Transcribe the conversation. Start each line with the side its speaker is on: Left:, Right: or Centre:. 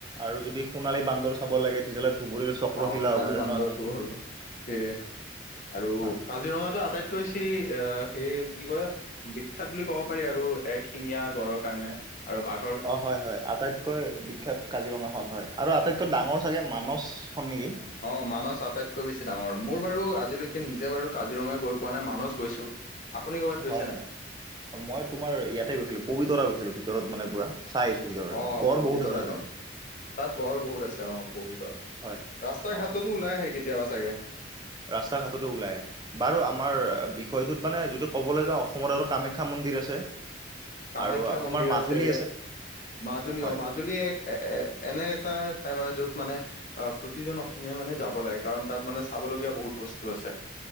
Right: আৰু যদি সোণালী বান্দৰ চাব লাগে তেতিয়াহ'লে ধুবুৰীৰ চক্ৰশিলা
Left: অ', সোণালী
Right: অভয়াৰণ্য
Left: বান্দৰটোও,
Right: আছে
Left: সেয়ে, আৰু
Right: হয়
Left: কাজিৰঙাতো আটাইত কৈ ছি এ, সেই কি কয় বিখ্যাত বুলি ক'ব পাৰি আৰু এক শিঙীয়া গড়ৰ কাৰণে, আৰু বাঘ।
Right: অ', হয়, হয়। আটাইত কৈ বিখ্যাত কাজিৰঙা খন হয়, আৰু আটাইতকৈ ডাঙৰ চাগে মানচ খন নেকি!
Left: অ', মানচ আটাইতকৈ বেছি ডাঙৰ, মোৰ বাৰু আজিলৈকে নিজে বাৰু কাজিৰঙা গৈ পোৱা নাই, মানচ গৈছো আপুনি ক'ৰবাত গৈছে
Right: হয়,
Left: নাই
Right: হয়। মই তোমাৰ ইয়াতে গৈছিলো পবিতৰা গৈছিলো ভিতৰত মানে পুৰা, চাই আহিছো ভিতৰত। একদম
Left: অ',
Right: গড়
Left: পবিতৰা
Right: বহুত আছে তাতে
Left: ন? তাত গড় বহুত আছে অ', পবিতৰাত।
Right: হয়
Left: ৰাস্তা
Right: অ
Left: ঘাটতো ওলাই আহে কেতিয়াবা চাগে।
Right: ৰাস্তা ঘাটতো ওলাই। বাৰু আমাৰ,
Left: অ
Right: বিষয়টোত মানে যদি ক'বলৈ যাওঁ, অসমত আৰু কামাখ্যা মন্দিৰ আছে।
Left: কামাখ্যা
Right: আৰু
Left: মন্দিৰ
Right: তোমাৰ মাজুলী
Left: আছে, মাজুলী
Right: হয়
Left: অমাজ জুলী এক এ-এনে এটা ঠাই মানে য'ত মানে অ', প্ৰতিজন অসমীয়াই মানে যাব লাগে, কাৰণ তাত মানে চাবলগীয়া বহুত বস্তু আছে।